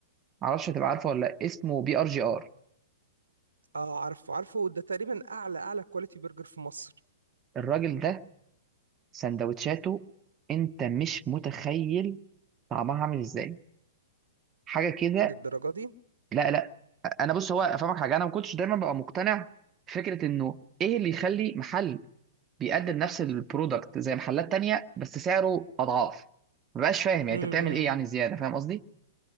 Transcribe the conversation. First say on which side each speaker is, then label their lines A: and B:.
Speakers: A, on the right (about 25°); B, on the right (about 70°).
A: معرفش هتبقى عارفه ولا لأ، اسمه بي ار جي ار
B: اه عارفه عارفه ده تقريبا اعلى اعلى كواليتي برجر في مصر
A: الراجل ده سندوتشاته انت مش متخيل طعمها عامل ازاي حاجه كده
B: للدرجه دي
A: لا لا انا بص هو افهمك حاجه انا ما كنتش دايما ببقى مقتنع بفكره انه ايه اللي يخلي محل بيقدم نفس البرودكت زي محلات تانية بس سعره اضعاف ما بقاش فاهم يعني
B: امم
A: انت بتعمل
B: إمم،
A: ايه يعني
B: إمم.
A: زياده فاهم قصدي